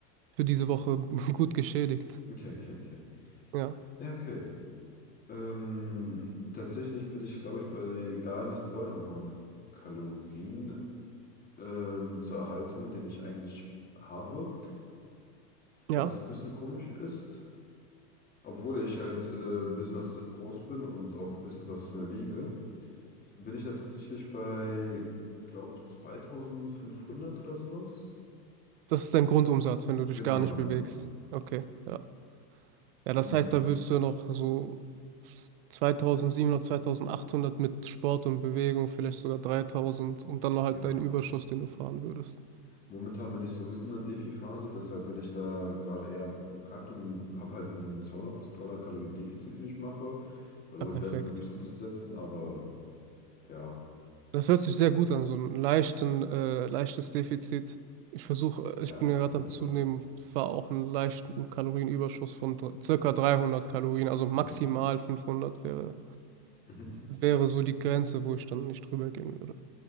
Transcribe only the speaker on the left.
okay, okay, okay.
Ja, okay. Ähm, tatsächlich bin ich, glaube ich, bei gar nicht so einem hohen Kalorien. ähm, zur Erhaltung, den ich eigentlich habe.
Was ein bisschen komisch ist, obwohl ich halt äh, ein bisschen was groß bin und auch ein bisschen was mehr wiege, bin ich da tatsächlich bei, glaub, 2500 oder sowas.
Genau,
genau.
Und
genau.
Momentan bin ich sowieso in der Defi-Phase, deshalb bin ich da gerade eher im Cut und habe halt ein 200 bis 300 Kalorien Defizit, den ich mache. Versuche
ihn bestmöglichst umzusetzen, aber ja,
ja,
auf jeden
Fall.
Mhm.
Mhm.